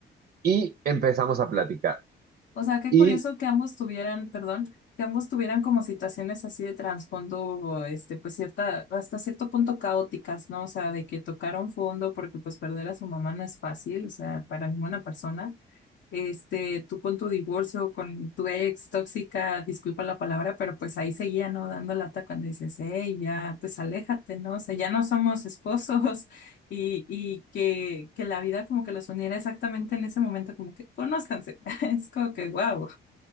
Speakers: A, on the right; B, on the left.
A: y empezamos a platicar.
B: O sea, qué
A: Y
B: curioso que ambos tuvieran, perdón, que ambos tuvieran como situaciones así de trasfondo, o, este, pues cierta, hasta cierto punto caóticas, ¿no? O sea, de que tocaron fondo porque pues perder a su mamá no es fácil, o sea, para ninguna persona. Este, tú con tu divorcio, con tu ex tóxica, disculpa la palabra, pero pues ahí seguía, ¿no? Dando lata cuando dices, hey, ya, pues aléjate, ¿no? O sea, ya no somos esposos <laughs> y, y que, que la vida como que los uniera exactamente en ese momento, como que conózcanse. <laughs> Es como que, wow.